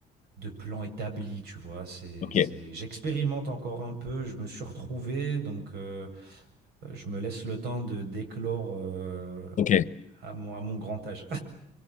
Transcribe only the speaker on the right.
de plan établi, tu vois. C'est,
c'est, j'expérimente encore un peu, je me suis retrouvé, donc euh, je me laisse le temps de d'éclore euh,
à mon, à mon grand âge.